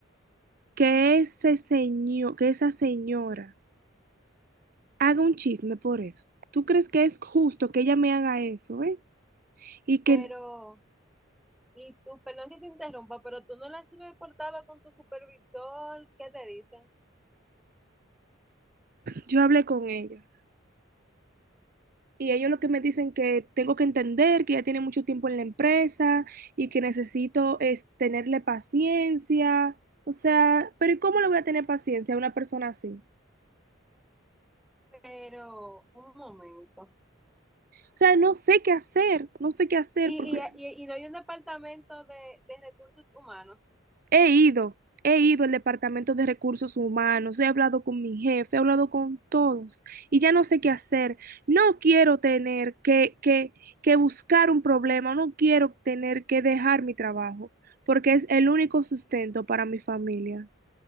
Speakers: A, on the right; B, in the centre.
A: que ese señor, que esa señora haga un chisme por eso? ¿Tú crees que es justo que ella me haga eso, eh? Y que
B: pero, y tú, perdón que te interrumpa, pero tú no le has reportado con tu supervisor, ¿qué te dicen?
A: yo hable con ella. Y ellos lo que me dicen que tengo que entender que ya tiene mucho tiempo en la empresa y que necesito es tenerle paciencia. O sea, pero ¿y cómo le voy a tener paciencia a una persona así?
B: Pero, un momento.
A: O sea, no sé qué hacer, no sé qué hacer
B: ¿Y,
A: porque
B: y, y, y no hay un departamento de, de recursos humanos?
A: He ido, he ido al Departamento de Recursos Humanos, he hablado con mi jefe, he hablado con todos y ya no sé qué hacer. No quiero tener que, que, que buscar un problema, no quiero tener que dejar mi trabajo, porque es el único sustento para mi familia.